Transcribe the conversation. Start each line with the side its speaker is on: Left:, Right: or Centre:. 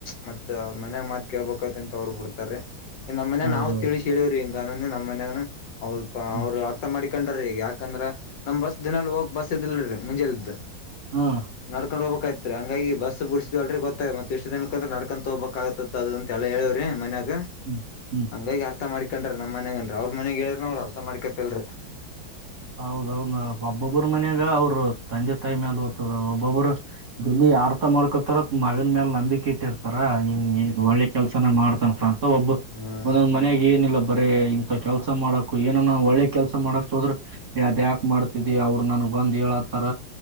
Left: ಮ. ಮತ್ ಮನ್ಯಾಗ್ ಮಾತ್ ಕೇಳ್ಬೇಕಾತಿ ಅಂತ ಅವ್ರು ಬಿಡ್ತಾರ್ರೀ ನಮ್ಮ ಮನ್ಯಾಗ
Right: ಹೌದೌದು
Left: ನಾವು ತಿಳಿಶ್ ಹೇಳಿವ್ರಿ ಹಿಂಗ ಅಂದಿದ ನ. ಮನ್ಯಾಗನ ಅವಪ
Right: ಹ್ಮ್
Left: ಅವ್ರ ಅರ್ಥಾ ಮಾಡಿಕೊಂಡಾರೀ. ಯಾಕಂದ್ರ ನಮ್ ಬಸ್ ದಿನಾಲು ಹೋಗಕ್ ಬಸ್ ಇದದಿಲ್ರಿ ಮುಂಜಲೇದ
Right: ಹಾ
Left: ನಡ್ಕೊಂಡ್ ಹೋಗ್ಬಕಾಗಿತ್. ತ್ರಿ ಹಂಗಾಗಿ ಬಸ್ ಬಿಡ್ಸಿದುಲ್ರಿ ಗೊತ್ತಾಗಿ ಮತ್ತ್ ಇಷ್ಟ ದಿನಕ್ಕಂತ ನಡ್ಕಂತ ಹೋಗ್ಬೇಕಾಗತಿತ್ ಅದ ಅಂತ ಎಲ್ಲಾ ಹೇಳೆವ್ರಿ ಮನ್. ಗ
Right: ಹ್ಮ್ ಹ್ಮ್
Left: ಹಂಗಾಗಿ ಅರ್ಥಾ ಮಾಡಿ. ಕಂಡ್ರಿ ನಮ್ಮ ಮನ್ಯಾಗನ್ರಿ ಅವ್ರ ಮನ್ಯಾಗ್ ಹೇಳ್ರು ಅವ್ರು ಅರ್ಥಾ ಮಾಡಕತ್ತಲ್ರ್ರೀ.
Right: ಹೌದೌದ ಒಬ್ಬೊಬ್ಬ್ರ ಮನ್ಯಾಗ ಅವ್ರರು ತಂದೆ ತಾಯಿ ಮೇಲೆ ಓದ್ತದ ಒಬ್ಬೊಬ್ಬರು <unintelligible> ಯರ್ಥ ಮಾಡ್ಕೊತಾರ ಮಗನ್ ಮೇಲೆ ನಂಬಿಕೆ ಇಟ್ಟಿರ್ತಾರ ಹಂಗ ಒಳ್ಳೆ ಕೆಲ್ಸನ ಮಾಡ್ತನಪ್ಪ ಒಬ್
Left: ಹ್ಮ್
Right: ಒಂದೊಂದ್ ಮನಯಾಗ ಏನಿಲ್ಲ ಬರೇ ಇಂಥ ಕೆಲ್ಸ ಮಾಡಕ್ ಏನನ ಒಳ್ಳೆ ಕೆಲ್ಸ ಮಾಡಕ್ ಹೋದ್ರೆ ಯದ ಯಾಕ ಮಾಡ್ತಿದಿ ಅವರು ನನ್ಗ್ ಬಂದ್ ಹೇಳತರ